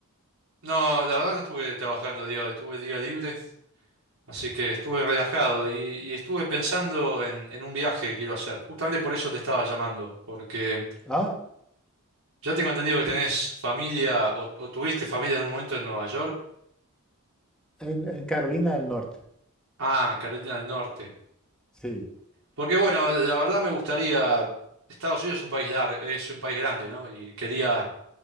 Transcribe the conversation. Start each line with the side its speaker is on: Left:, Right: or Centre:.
Right: no, la verdad no estuve trabajando el día de hoy, tuve día libre, así que estuve relajado y, y estuve pensando en, en un viaje que quiero hacer. Justamente por eso te estaba llamando, porque
Centre: Ah,
Right: ya tengo entendido que
Centre: sí,
Right: tenés familia o, o tuviste familia en un momento en Nueva York.
Centre: en, en Carolina del Norte.
Right: Ah, Carolina del Norte.
Centre: Sí.
Right: Porque bueno, la verdad me gustaría, Estados Unidos es un país largo, es un país grande, ¿no? Y quería